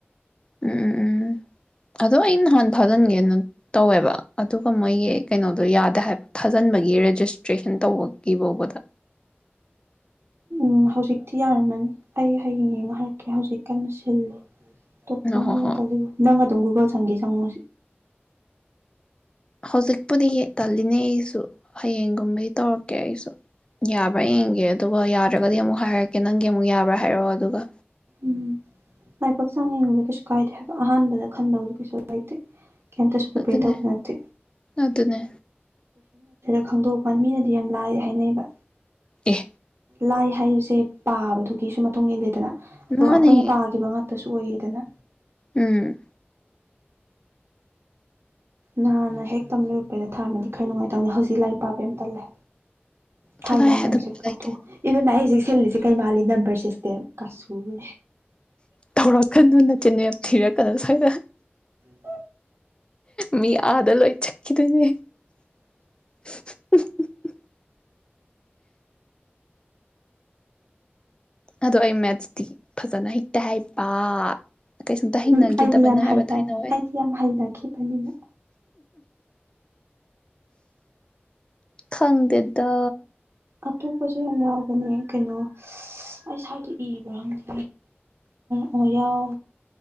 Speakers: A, on the left; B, on the right.
A: ꯎꯝ ꯎꯝ ꯎꯝ ꯑꯗꯣ ꯑꯩ ꯅꯍꯥꯟ ꯊꯥꯖꯟꯒꯦꯅ ꯇꯧꯋꯦꯕ ꯑꯗꯨꯒ ꯃꯣꯏꯒꯤ ꯀꯩꯅꯣꯗꯣ ꯌꯥꯗꯦ ꯍꯥꯏꯕ ꯊꯥꯖꯟꯕꯒꯤ ꯔꯦꯖꯤꯁꯇ꯭ꯔꯦꯁꯟ ꯇꯧꯕꯒꯤ ꯕꯥꯎꯕꯗ
B: ꯎꯝ ꯍꯧꯖꯤꯛꯇꯤ ꯌꯥꯔꯝꯃꯅꯤ ꯑꯩ ꯍꯌꯦꯡ ꯌꯦꯡꯉꯥ ꯍꯥꯏꯔꯛꯀꯦ ꯍꯧꯖꯤꯛ ꯀꯟꯅ ꯁꯤꯜꯂꯤ ꯇꯣꯞ ꯆꯪꯕ
A: ꯍꯣ ꯍꯣ
B: ꯌꯥꯝ ꯇꯜꯂꯤꯕꫭ ꯅꯪ ꯑ ꯑꯗꯨꯨꯡ ꯒꯨꯒꯜ <unintelligible> ꯆꯪꯉꯣ
A: ꯍꯧꯖꯤꯛꯄꯨꯗꯤꯌꯦ ꯇꯜꯂꯤꯅꯦ ꯑꯩꯁꯨ ꯍꯌꯦꯡꯒꯨꯝꯕꯩ ꯇꯧꯔꯛꯀꯦ ꯑꯩꯁꯨ ꯌꯥꯕ꯭ꯔꯥ ꯌꯦꯡꯒꯦ ꯑꯗꯨꯒ ꯌꯥꯗ꯭ꯔꯒꯗꯤ ꯑꯃꯨꯛ ꯍꯥꯏꯔꯛꯀꯦ ꯅꯪꯒꯤ ꯑꯃꯨꯛ ꯌꯥꯕ꯭ꯔꯥ ꯍꯥꯏꯔꯛꯑꯣ ꯑꯗꯨꯒ
B: ꯎꯝ ꯂꯥꯏꯕꯛꯆꯥꯡ ꯌꯦꯡꯉꯕꯗ ꯀꯩꯁꯨ ꯀꯥꯏꯗꯦ ꯍꯥꯏꯕ ꯑꯍꯥꯟꯕꯗ ꯈꯟꯗꯕꯁꯨ ꯀꯩꯁꯨ ꯂꯩꯇꯦ ꯀꯩꯝꯇꯁꯨ ꯄꯔꯤꯄꯤꯌꯔ
A: ꯑꯗꯨꯅꯦ
B: ꯇꯧꯕꯁꯨ ꯅꯠꯇꯦ
A: ꯑꯗꯨꯅꯦ
B: <unintelligible> ꯈꯪꯗꯣꯛꯄ ꯃꯤꯅꯗꯤ ꯌꯥꯝ ꯂꯥꯏ ꯍꯥꯏꯅꯩꯕ
A: ꯑꯦ
B: ꯂꯥꯏ ꯍꯥꯏꯕꯁꯦ ꯄꯥꯕꯗꯨꯒꯤꯁꯨ ꯃꯇꯨꯡ ꯏꯜꯂꯦꯗꯅ ꯑꯗꯣ
A: ꯃꯥꯅꯦ
B: ꯑꯩꯈꯣꯏꯅ ꯄꯥꯈꯤꯕ ꯉꯥꯛꯇꯁꯨ ꯑꯣꯏꯌꯦꯗꯅ
A: ꯎꯝ
B: ꯅꯍꯥꯟꯅꯍꯦꯛ ꯇꯝ ꯂꯣꯏꯔꯛꯄꯩꯗ ꯊꯥꯔꯝꯃꯗꯤ ꯈꯔ ꯅꯨꯡꯉꯥꯏꯗꯧꯅꯤ ꯍꯧꯖꯤꯛ ꯂꯥꯏꯔꯤꯛ ꯄꯥꯕ ꯌꯥꯝ ꯇꯜꯂꯦ ꯊꯥꯏꯅꯩ
A: ꯆꯠꯂꯣꯍꯦ
B: ꯃꯌꯥꯝꯁꯦ
A: ꯑꯗꯨꯒꯨꯝꯕ
B: ꯀꯥꯎꯊꯣꯛ
A: ꯂꯩꯇꯦ
B: <unintelligible> ꯁꯤꯜꯂꯤꯁꯦ ꯀꯩ ꯃꯥꯜꯂꯤ ꯅꯝꯕꯔ ꯁꯤꯁꯇꯦꯝ ꯀꯥꯁꯨꯨꯕꯤ
A: ꯇꯧꯔꯛꯀꯅꯨ ꯅꯆꯤꯟ ꯌꯥꯝ ꯊꯤꯔꯛꯀꯅꯨ ꯁ꯭ꯋꯥꯏꯗ
B: <unintelligible>
A: ꯃꯤ ꯑꯥꯗ ꯂꯣꯏ ꯆꯠꯈꯤꯗꯣꯏꯅꯦ <unintelligible> ꯑꯗꯣ ꯑꯩ ꯃꯦꯠꯁꯇꯤ ꯐꯖꯅ ꯍꯩꯇꯦ ꯍꯥꯏꯕ ꯀꯩꯁꯨꯝꯇ ꯍꯩꯅꯈꯤꯗꯕꯅꯦ
B: ꯎꯝ ꯑꯩꯗꯤ ꯌꯥꯝ
A: ꯍꯥꯏꯕ
B: ꯍꯩꯕꯅꯦ
A: ꯊꯥꯏꯅ ꯋꯥꯏ
B: ꯑꯩꯗꯤ ꯌꯥꯝ ꯍꯩꯅꯈꯤꯕꯅꯤꯅ
A: ꯈꯪꯗꯦꯗ
B: ꯑꯇꯣꯞꯄꯁꯨ ꯌꯥꯝ ꯌꯥꯎꯕꯅꯦ ꯀꯩꯅꯣ ꯑꯩ ꯁ꯭ꯋꯥꯏꯗ ꯏꯕ꯭ꯔꯥ ꯈꯪꯗꯦ ꯑꯣ ꯌꯥꯎ